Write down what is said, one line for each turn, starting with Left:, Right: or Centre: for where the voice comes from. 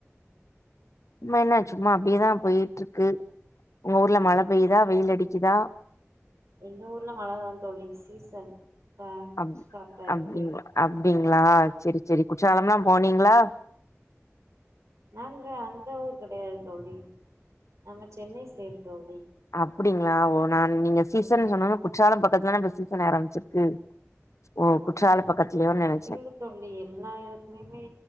Left: இனும் என்ன சும்மா அப்டியேதா போயிடுருக்கு உங்க ஊர்ல மழ பெய்தா வெயில் அடிகுதா
Right: எங்க ஊர்ல மலதான் தோலி சீசன் தா
Left: அப்
Right: ஸ்டாட் ஆயடு
Left: அப்டிங்களா அப்டிங்களா செரி செரி குற்றால எல்லா போனீங்களா
Right: நாங்க அந்த ஊர் கெடயாது தோழி நாங்க சென்னை சைடு தோழி
Left: அப்டிங்ளா ஒ நான் நீங்க சீசன்
Right: ம்
Left: சொன்னன்ன குற்றாலம் பக் இப்பதா நம்ம சீசன் ஆரம்பிச்சிருக்கு ஓ
Right: ஓஹோ
Left: குற்றால பக்கத்துலயோன்னு நெனச்சே
Right: இதுன தெர்ல எல்லா இடதுலயுமே